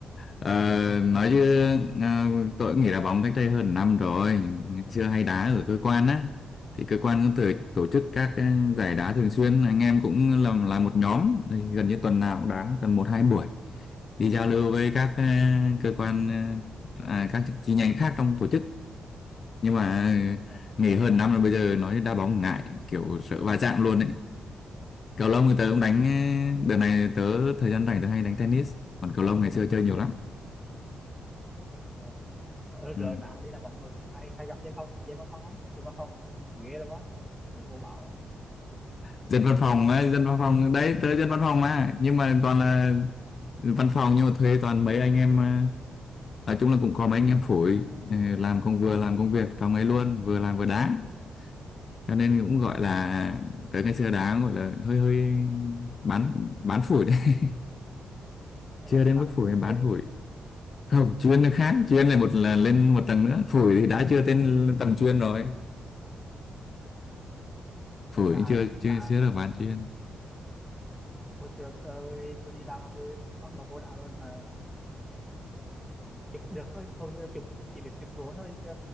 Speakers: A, on the left; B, in the centre.
A: Ờ, nói chứ à, tôi cũng nghỉ đá bóng cách đây hơn năm rồi. Ngày xưa hay đá ở cơ quan á. Thì cơ quan cũng tổ, tổ chức các ờ, giải đá thường xuyên. Anh em cũng làm là một nhóm. Thì gần như tuần nào cũng đá tầm một hai buổi. Đi giao lưu với các ờ, cơ quan ờ, à, các chi nhánh khác trong tổ chức nhưng mà
B: À,
A: nghỉ hơn năm là bây giờ nói đá bóng ngại kiểu sợ va chạm luôn ấy cầu lông thì tớ cũng đánh đợt này tớ thời gian rảnh tớ hay đánh tennis còn cầu lông ngày xưa chơi nhiều lắm
B: wow. Ờ, Rồi
A: ừ.
B: mà đi đá bóng còn hay hay gặp Diêm Phong, Diêm Văn Phong không? Diêm Văn Phong là ghê lắm á, cũng cô bảo lắm.
A: dân văn phòng ấy, dân văn phòng đấy tớ dân văn phòng mà nhưng mà toàn là
B: Ờ,
A: văn phòng nhưng mà thuê toàn mấy anh em ờ, nói chung là cũng có mấy anh em phủi ờ, làm công vừa làm công việc trong ấy luôn vừa làm vừa đá cho nên cũng gọi là tớ ngày xưa đá gọi là hơi hơi bán bán phủi đấy <laughs>
B: ờ,
A: chưa đến
B: bạn
A: mức phủi
B: bạn
A: bán
B: chuyên luôn
A: phủi
B: á,
A: không chuyên
B: ghê
A: là khác
B: vậy.
A: chuyên là một là lên một tầng nữa phổi thì đã chưa tên tầng chuyên rồi phổi
B: Ờ, Đã
A: cũng chưa chưa
B: đã
A: chưa được bán chuyên
B: hồi xưa tôi tôi đi làm là tôi bắt đầu vô đạo rồi mà chụp được thôi hầu như là chụp chỉ biết chụp gỗ thôi chứ